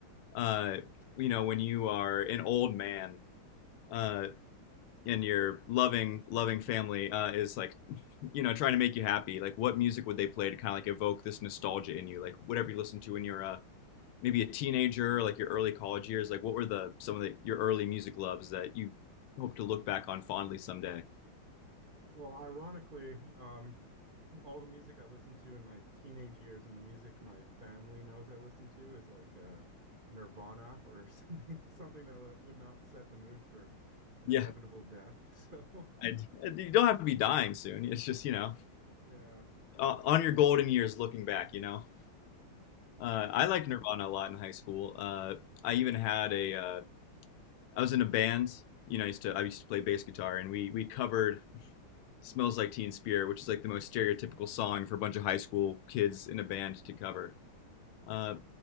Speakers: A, on the left; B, on the right.
A: Uh, you know, when you are an old man uh, and your loving loving family uh, is like you know trying to make you happy, like what music would they play to kind of like evoke this nostalgia in you, like whatever you listen to when you're uh, maybe a teenager, like your early college years, like what were the some of the your early music loves that you hope to look back on fondly someday?
B: well ironically um all the music I listened to in my teenage years and the music my family knows I listen to is like uh Nirvana or <laughs> something something that w would not set the mood for an
A: Yeah,
B: inevitable death <laughs> so
A: I, I- you don't have to be dying soon. It's just, you know,
B: yeah
A: uh, on your golden years looking back, you know. Uh, I
B: yeah
A: liked Nirvana a lot in high school. Uh, I even had a uh, I was in a band, you know, I used to I used to play bass guitar and we we covered Smells Like Teen Spirit, which is like the most stereotypical song for a bunch of high school kids in a band to cover. Uh,